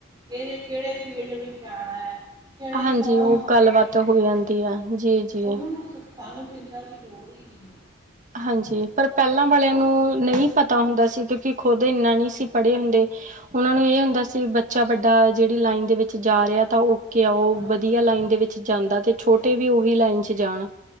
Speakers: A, on the right; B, on the right.
A: ਕਿਹੜੇ -ਕਿਹੜੇ ਫੀਲਡ ਵਿੱਚ ਜਾਣਾ ਆ। ਜਿਹੜੇ,
B: ਹਾਂਜੀ
A: ਫੋਮ
B: ਉਹ
A: ਭਰਨੇ
B: ਗੱਲਬਾਤ
A: ਨੇ,
B: ਹੋ ਜਾਂਦੀ ਆ ਜੀ, ਜੀ।
A: ਉਹਨਾਂ ਨੂੰ? ਸਾਨੂੰ, ਚਿੰਤਾ ਦੀ ਲੋੜ ਹੀ ਨਈ ਐ।
B: ਹਾਂਜੀ, ਪਰ ਪਹਿਲਾ ਵਾਲਿਆ
A: ਬਹੁਤ
B: ਨੂੰ, ਨਹੀ ਪਤਾ ਹੁੰਦਾ ਸੀ। ਕਿਉਕਿ, ਖੁਦ ਏਨਾ ਨਹੀਂ ਸੀ ਪੜ੍ਹੇ ਹੁੰਦੇ, ਉਹਨਾਂ ਨੂੰ ਏਹ
A: ਹਾਂਜੀ
B: ਹੁੰਦਾ ਸੀ ਬ ਬੱਚਾ ਵੱਡਾ, ਜਿਹੜੀ ਲਾਈਨ ਦੇ ਵਿੱਚ ਜਾ ਰਿਹਾ ਤਾਂ ਓਕੇ ਆ, ਉਹ
A: ਹਾਂਜੀ
B: ਵਧੀਆ ਲਾਈਨ ਦੇ ਵਿੱਚ? ਜਾਂਦਾ ਤੇ ਛੋਟੇ ਵੀ, ਓਹੀ ਲਾਈਨ ਚ ਜਾਣਾ,